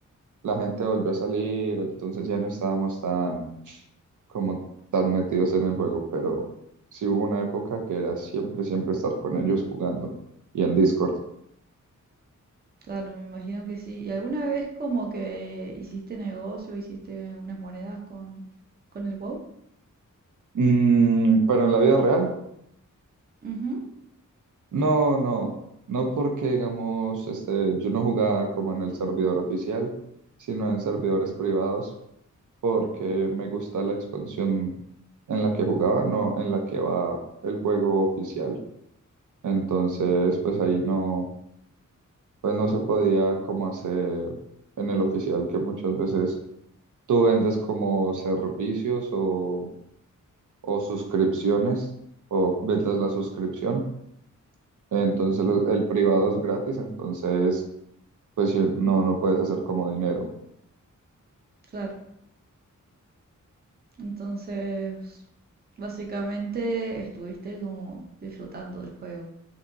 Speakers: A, on the right; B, on the right.
A: la gente volvió a salir, entonces ya no estábamos tan como tan metidos en el juego, pero sí hubo una época que era siempre, siempre estar con ellos jugando y en Discord.
B: Claro, me imagino que sí. ¿Y alguna vez como que hiciste negocio, hiciste unas monedas con, con el WoW?
A: Mm, pero en la vida real.
B: Ujú,
A: No, no, no porque digamos, este, yo no jugaba como en el servidor oficial, sino en servidores privados, porque me gusta la expansión en la que jugaba, no en la que va el juego oficial. Entonces,
B: ujú,
A: pues ahí no, pues no se podía como hacer en el oficial, que muchas veces tú vendes como servicios o, o suscripciones, o vendes la suscripción. Entonces, el el privado es gratis, entonces pues sí, no, no puedes hacer como dinero.
B: Claro, entonces básicamente estuviste como disfrutando del juego,